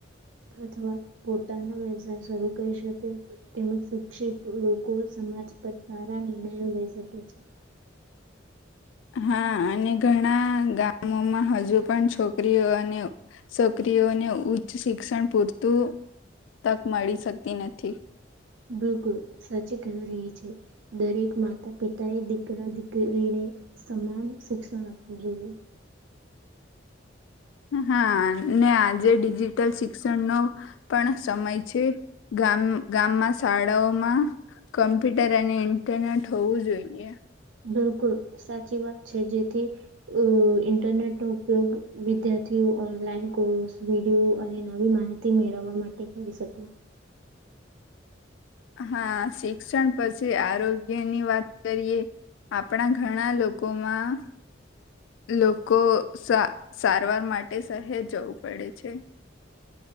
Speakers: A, on the right; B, on the left.
A: અથવા પોતાના વ્યવ શરૂ કરી શકે તેમજ શિક્ષિત લોકો સમાજ પર સારા નિનીણય એવુ લઈ શક <inaudible>
B: હા અને ઘણા ગામોમાં હજુ પણ છોકરીઓ છોકરીઓને ઉચ્ચ શિક્ષણ પૂરતું તક મળી શકતી નથી.
A: બિલકુલ સાચી કહ રહી છે દરેક માતા પિતાએ દીકરા દીકરીને સમાન શિક્ષણ આપવું જોઈએ.
B: હા અનેને આજે ડિજિટલ શિક્ષણનો પણ સમય છે ગામ ગામમાં શાળાઓમાં કમ્પ્યુટર અને ઇન્ટરનેટ હોવું જોઈએ.
A: બિલકુલ સાચી વાત છે જેથી ઇન્ટરનેટનો ઉપયોગ વિદ્યાર્થીઓ ઓનલાઈન કોર્સ વિડીયો અને નવી માહિતી મેળવવા માટે કરી શકે.
B: હા શિક્ષણ પછી આરોગ્ય ની વાત કરીએ આપણા ઘણા લોકોમાં લોકો સા સારવાર માટે શહેર જવું પડે છે.